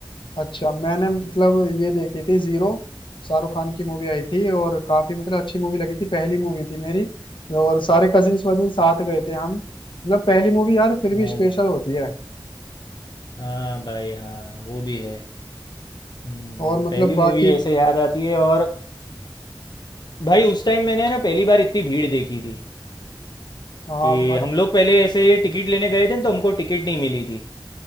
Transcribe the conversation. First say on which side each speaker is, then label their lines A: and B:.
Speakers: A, on the left; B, on the left.
A: अच्छा मैंने मतलब ये देखी थी जीरो शाहरुख खान की मूवी आई थी और काफी मतलब अच्छी मूवी लगी थी पहली मूवी थी मेरी और सारे कजिन्स वजिन साथ गए थे हम मतलब पहली मूवी यार फिर
B: अच्छा,
A: भी स्पेशल होती है
B: हाँ भाई हाँ वो भी है हम्म,
A: और मतलब
B: पहली
A: बाकी
B: मूवी ऐसे याद आती है और भाई उस टाइम मैंने ना पहली बार इतनी भीड़ देखी थी
A: हाँ
B: कि
A: अ-
B: हम लोग पहले ऐसे टिकट लेने गए थे न, तो हमको टिकट नहीं मिली थी